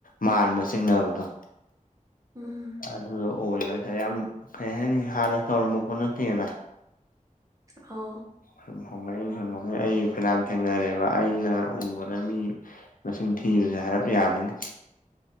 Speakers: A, on the left; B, on the right.
A: ꯃꯥꯟꯕ ꯆꯤꯡꯅꯕꯗꯣ
B: ꯎꯝ ꯎꯝ
A: ꯑꯗꯨꯗ ꯑꯣꯏꯕ ꯍꯥꯏꯇꯥꯔꯦ ꯌꯥꯝ ꯀꯩ ꯍꯥꯏꯅꯤ ꯍꯥꯟꯅ ꯇꯧꯔꯝꯝꯕ ꯄꯣꯠ ꯅꯠꯇꯦꯅ
B: ꯑꯧ
A: ꯁꯨꯝ ꯍꯣꯡꯂꯛꯏꯅꯦ ꯁꯨꯝ ꯍꯣꯉꯛ ꯑꯩ ꯐꯅꯥꯝ ꯊꯦꯡꯅꯔꯦꯕ ꯑꯩꯅ ꯎꯕꯅ ꯃꯤ ꯃꯁꯤꯡ ꯊꯤꯕꯁꯦ ꯍꯥꯏꯔꯞ ꯌꯥꯝꯃꯅꯤ